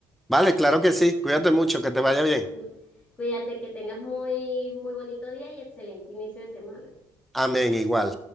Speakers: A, in the centre; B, on the left.
A: Vale, claro que sí, cuídate mucho, que te vaya bien.
B: Cu- Cuídate, que tengas muy, muy bonito día y excelente inicio de semana.
A: Amén, igual.